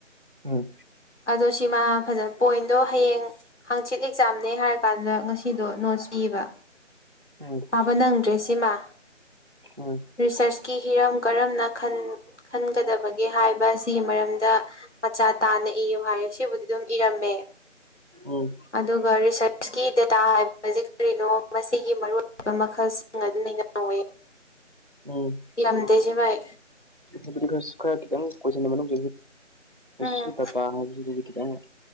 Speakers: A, on the right (about 45°); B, on the left (about 65°).
A: ꯑꯥ
B: ꯑꯗꯣ ꯁꯤꯃ ꯐꯖꯅ ꯄꯣꯏꯟꯗꯣ ꯍꯌꯦꯡ ꯍꯥꯡꯆꯤꯠ ꯑꯦꯛꯖꯥꯝꯅꯦ ꯍꯥꯏꯔ ꯀꯥꯟꯗ ꯉꯁꯤꯗꯣ ꯅꯣꯠꯁ ꯄꯤꯕ
A: ꯎꯝ
B: ꯄꯥꯕ ꯅꯪꯗ꯭ꯔꯦ ꯁꯤꯃꯥ
A: ꯎꯝ
B: ꯔꯤꯁꯔꯁꯀꯤ ꯍꯤꯔꯝ ꯀꯔꯝꯅꯟ ꯈꯟꯒꯗꯕꯒꯦ ꯍꯥꯏꯕ ꯑꯁꯤꯒꯤ ꯃꯔꯝꯗ ꯃꯆꯥ ꯇꯥꯅ ꯏꯌꯨ ꯍꯥꯏꯔꯦ ꯁꯤꯕꯨꯗꯤ ꯑꯗꯨꯝ ꯏꯔꯝꯃꯦ
A: ꯎꯝ
B: ꯑꯗꯨꯒ ꯔꯤꯁꯔꯁꯀꯤ ꯗꯦꯇꯥ ꯍꯥꯏꯕꯕꯁꯤ ꯀꯔꯤꯅꯣ ꯃꯁꯤꯒꯤ ꯃꯔꯨꯑꯣꯏꯕ ꯃꯈꯜꯁꯤꯡ ꯑꯗꯨ ꯅꯩꯅꯧꯑꯣꯌꯦ
A: ꯎꯝ
B: ꯏꯔꯝꯗꯦꯁꯦ ꯚꯥꯏ
A: ꯍꯥꯏꯕꯗꯤ ꯈꯔ ꯈꯤꯇꯪ ꯀꯣꯏꯁꯟꯁꯦ ꯃꯅꯨꯡ ꯆꯪꯁꯤꯜꯂꯦ
B: ꯎꯝ
A: ꯇꯥꯇꯥ ꯍꯥꯏꯕꯁꯤꯗꯗꯤ ꯈꯤꯇꯪ